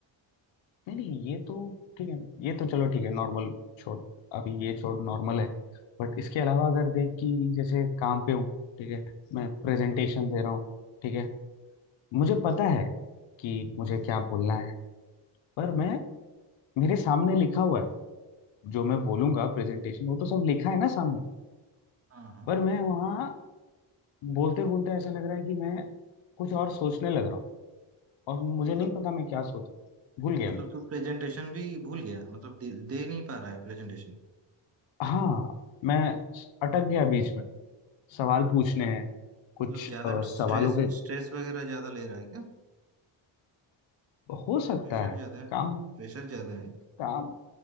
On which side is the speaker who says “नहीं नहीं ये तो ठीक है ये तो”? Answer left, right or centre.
Left